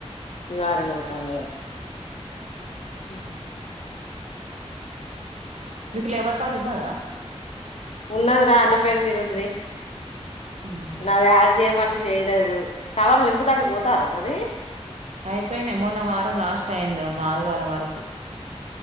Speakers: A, on the left (about 65°); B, on the right (about 70°).
A: ఈ వారం కొడుతాంది ఏమో ఉహు్
B: మీకు లేబర్ కార్డు ఉన్నదా
A: ఉన్నదిరా అన్న పేరు మీద ఉంది
B: ఉహు
A: నాది ఆడ్ చేయమన్ చేయలేదు కవర్ నింపుతానికి పోతార్ర మరి
B: అయిపోయినయి మొన్న వారం లాస్ట్ అయింది మొన్న ఆదివారం వరకు